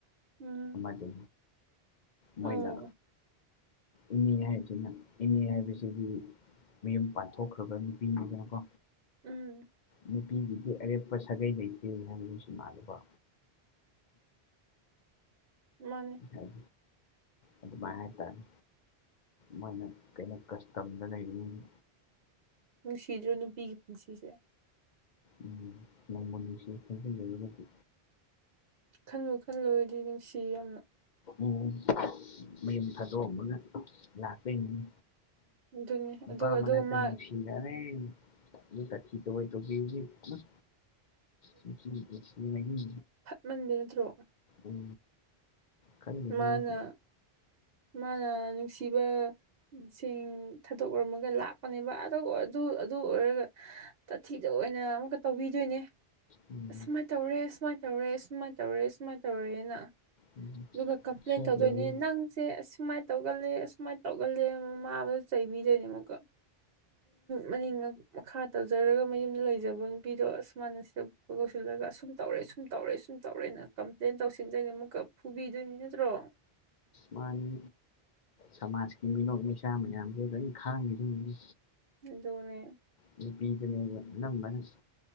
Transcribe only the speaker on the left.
ꯃꯗꯨ ꯃꯣꯏꯅ
ꯏꯅꯦ ꯍꯥꯏꯕꯁꯤꯅ ꯏꯅꯦ ꯍꯥꯏꯕꯁꯤꯗꯤ ꯃꯌꯨꯝ ꯄꯥꯟꯊꯣꯛꯈ꯭ꯔꯕ ꯅꯨꯄꯤꯅꯤꯗꯅꯀꯣ
ꯅꯨꯄꯤꯒꯤꯗꯤ ꯑꯔꯦꯞꯄ ꯁꯥꯒꯩ ꯂꯩꯇꯦꯅꯤ ꯍꯥꯏꯕꯗꯨꯁꯨ ꯃꯥꯜꯂꯦꯕ
ꯍꯥꯏ ꯑꯗꯨ ꯃꯥ ꯍꯥꯏ ꯇꯔꯦ ꯃꯣꯏꯅ ꯀꯩꯅꯣ ꯀꯁꯇꯝꯗ ꯂꯩꯔꯤꯅꯤ
ꯎꯝ ꯅꯪꯃꯣꯟꯅꯤꯁꯦ ꯐꯖꯝꯖꯕ ꯃꯔꯗꯤ
ꯎꯝ ꯃꯌꯨꯝ ꯊꯥꯗꯣꯛꯑꯝꯃꯒ ꯂꯥꯛꯇꯣꯏꯅꯤ
ꯅꯨꯄꯥ
ꯃꯅꯥꯇ
ꯌꯥꯔꯦ ꯑꯃꯨꯛ ꯇꯊꯤ ꯇꯑꯣꯏ ꯇꯧꯕꯤꯔꯗꯤ ꯎꯝ ꯅꯨꯄꯤ ꯄꯨꯟꯁꯤ ꯃꯍꯤꯡ
ꯎꯝ ꯈꯜꯂꯤꯅꯦ
ꯑꯩꯁꯨ
ꯎꯝ
ꯎꯝ
ꯁꯣꯏꯗ꯭ꯔꯕꯅꯤ
ꯃꯥꯅꯤ ꯁꯃꯥꯖꯀꯤ ꯃꯤꯅꯣꯛ ꯃꯩꯁꯥ ꯃꯌꯥꯝꯁꯦ ꯂꯣꯏꯅ ꯈꯥꯡꯈꯤꯗꯣꯏꯅꯤ
ꯅꯨꯄꯤꯗꯅꯦꯕ ꯑꯅꯝꯕꯥꯅ